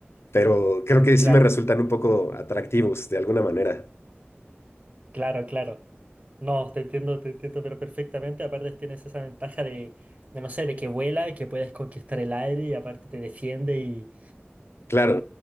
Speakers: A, on the left; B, on the right.
A: Pero creo que
B: Claro.
A: sí me resultan un poco atractivos de alguna manera.
B: Claro, claro. No, te entiendo, te entiendo, pero perfectamente. Aparte tienes esa ventaja de, de no sé, de que vuela y que puedes conquistar el aire y aparte te defiende y,
A: Claro,